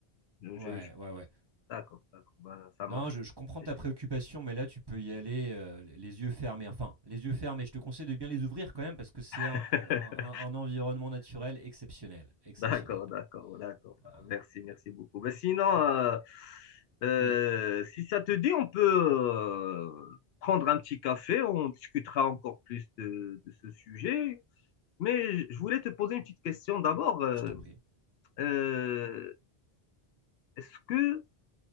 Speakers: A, on the left; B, on the right.
A: Je,
B: Ouais,
A: je- je-
B: ouais, ouais.
A: d'accord, d'accord. Ben, ça
B: Non,
A: marche.
B: je, je comprends
A: C'est
B: ta
A: génial.
B: préoccupation, mais là, tu peux y aller euh, les yeux fermés. Enfin, les yeux fermés, je te conseille de bien les ouvrir quand même parce que c'est
A: <laughs>
B: un, un- un- un environnement naturel exceptionnel. Exceptionnel.
A: D'accord, d'accord, d'accord. Bah,
B: Ah.
A: Merci, merci beaucoup. Ben, sinon, euh, euh,
B: Oui,
A: si ça te dit, on peut euh, prendre un petit café, on discutera encore plus de, de ce sujet. Mais je je voulais te poser une petite question d'abord. Euh,
B: je t'en prie.
A: euh, est-ce que,